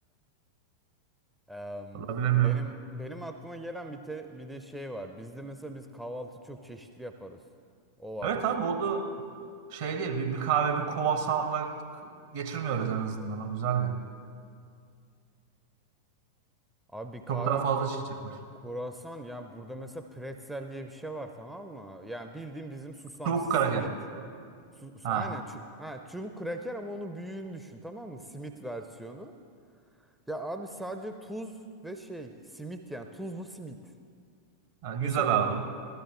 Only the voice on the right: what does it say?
Vallahi bilemiyorum.
Evet
abi bu da şey değil. Bir, bir kahve bir kruvasanla k- geçirmiyoruz en azından. O güzel yani.
Çok daha fazla
şey çıkmış.
Çubuk kraker.
Ha,
ha, güzel
abi.